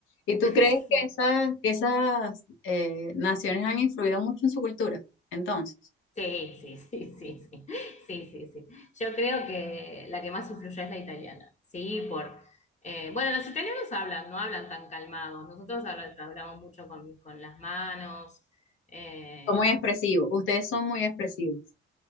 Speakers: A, on the left; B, on the left.
A: ¿Y tú
B: <laughs>
A: crees que esas, que esas eh, naciones han influido mucho en su cultura? Entonces,
B: Sí, sí, sí, sí, sí, sí, sí, sí. Yo creo que la que más influye es la italiana, sí, por... eh, bueno, los italianos hablan, no hablan tan calmados, nosotros habla- hablamos mucho con, con las manos, eh,
A: son muy expresivos, ustedes son muy expresivos.